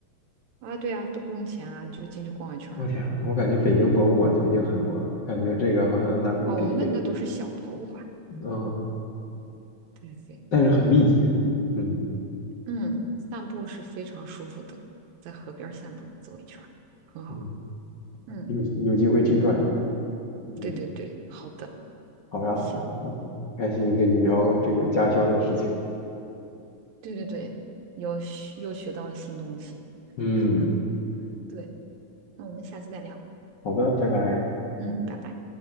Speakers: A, on the right; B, on the left.
A: 啊，对啊，都不用钱啊，你就进去逛一圈儿啊。
B: 我天，我感觉北京博物馆就已经很多了，感觉这个好像南通比北，
A: 哦，我们那那都是小博物馆，
B: 嗯，
A: 对对对。
B: 但是很密集啊，嗯
A: 嗯，散步是非常舒服的，在河边儿散步走一圈儿很好。
B: 嗯，
A: 嗯，
B: 有有机会去转一转。嗯。
A: 对对对，好的，
B: 好呀，
A: 行，
B: 嗯，开心跟你聊这个家乡的事情。
A: 对对对，又学又学到了新东西。
B: 嗯，
A: <laughs> 对，那我们下次再聊。
B: 好的，拜拜。
A: 嗯，拜拜。